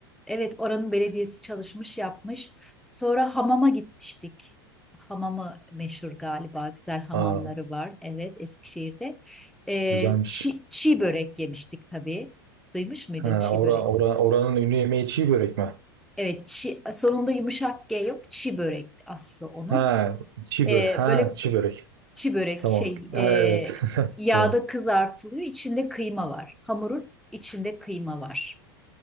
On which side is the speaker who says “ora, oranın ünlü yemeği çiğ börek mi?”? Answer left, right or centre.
Right